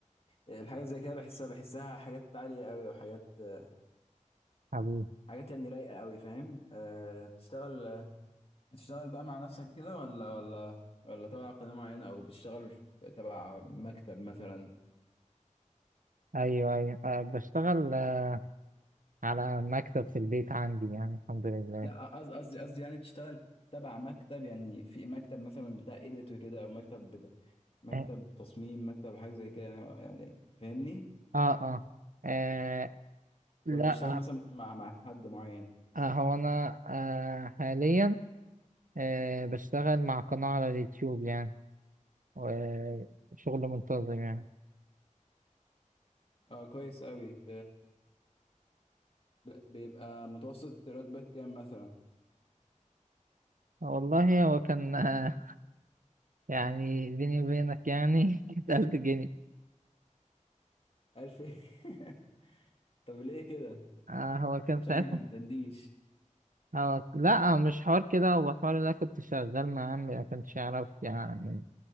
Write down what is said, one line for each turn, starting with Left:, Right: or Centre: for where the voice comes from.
Left: آه، الحاجة زي كده بحسها بحسها حاجات عالية قوي وحاجات آه،
Right: حبيبي
Left: حاجات يعني رايقة قوي فاهم آه بتشتغل بتشتغل بقى مع نفسك كده ولا ولا ولا تبع قناة معينة او بتشتغل تبع مكتب مثلا
Right: ايوه ايوه أه بشتغل آه، على مكتب في البيت عندي يعني الحمد لله
Left: لا قصدي قصدي قصدي يعني بتشتغل تبع مكتب يعني في مكتب مثلا بتاع ايديت وكده او مكتب بتاع مكتب
Right: آه،
Left: تصميم مكتب حاجه زي كده يعني فاهمني
Right: اه اه آه، لا
Left: ولا بتشتغل
Right: آه
Left: مثلا مع مع حد معين
Right: آه، هو انا آه حاليا آه بشتغل مع قناة على اليوتيوب يعني وشغل منتظم يعني
Left: اه كويس قوي بيبقى متوسط راتبك كام مثلا
Right: والله هو كان آه يعني بيني وبينك يعني <laughs> كانت ألف جنيه
Left: 1000 <laughs> طب ليه كده
Right: آه هو كان
Left: شكلك
Right: ساعتها
Left: ما بتأديش
Right: هو لا هو مش حوار كده هو حوار اللي أنا كنت شغال مع عمي ما كانش يعرف يعني